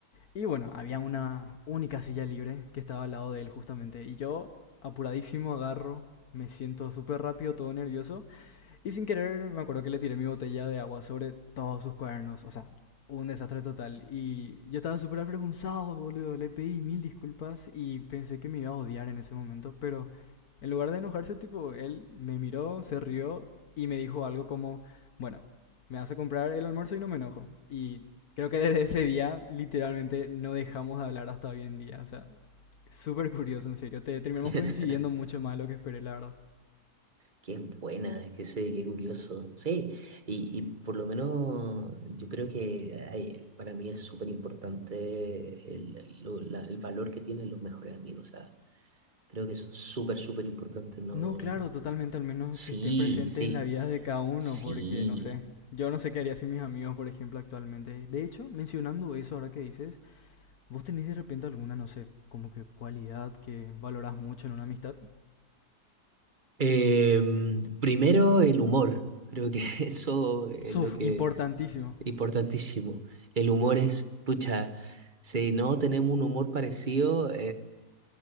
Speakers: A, on the left; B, on the right.
A: y bueno, había una única silla libre que estaba al lado de él justamente. Y yo, apuradísimo, agarro, me siento súper rápido, todo nervioso y sin querer, me acuerdo que le tiré mi botella de agua sobre todos sus cuadernos. O sea, un desastre total. Y yo estaba súper avergonzado, boludo. Le pedí mil disculpas y pensé que me iba a odiar en ese momento. Pero en lugar de enojarse, tipo, él me miró, se rió y me dijo algo como, bueno, me vas a comprar el almuerzo y no me enojo. Y creo que desde ese día, literalmente, no dejamos de hablar hasta hoy en día. O sea, súper curioso, en serio. Te, terminamos
B: <laughs>
A: coincidiendo mucho más de lo que esperé, la verdad.
B: Qué buena, qué sé, qué curioso. Sí, y, y por lo menos yo creo que hay- para mí es súper importante el, el- lo- la- el valor que tienen los mejores amigos. O sea, creo que son súper, súper importantes, ¿no?
A: No, claro, totalmente, al menos
B: Sí,
A: que estén presentes
B: sí,
A: en la vida de cada uno,
B: sí.
A: porque no sé, yo no sé qué haría sin mis amigos, por ejemplo, actualmente. De hecho, mencionando eso ahora que dices, ¿vos tenés de repente alguna, no sé, como que cualidad que valorás mucho en una amistad?
B: Em, primero el humor. Creo que <laughs> eso es
A: Suf,
B: lo que
A: importantísimo.
B: es importantísimo. El humor es, pucha, si no tenemos un humor parecido,